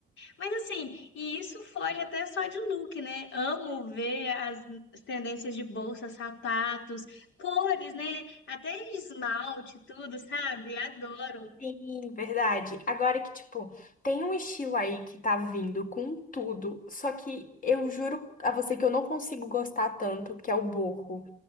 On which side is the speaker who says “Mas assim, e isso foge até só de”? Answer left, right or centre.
Left